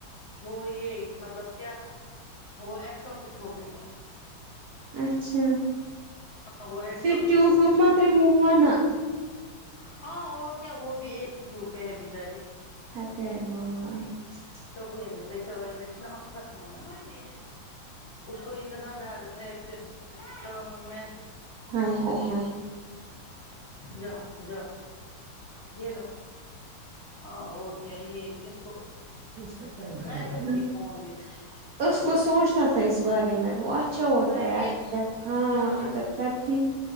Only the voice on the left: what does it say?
وہ یہ مطلب کیا وہ ایک ٹاپک ہوگئی
وہ ایک
ٹاپک
ہو
گئی
ہاں اور کیا وہ بھی ایک ہی چو پہ ہے بچاری
<unintelligible> اس کو اتنا درد ہے پھر تو حمنے
جاؤ جاؤ یے لو ہاں اور کیا یہ اس کو
میں
دوں گی فون بھی
وی
ایف
جاؤ لے جاؤ
فون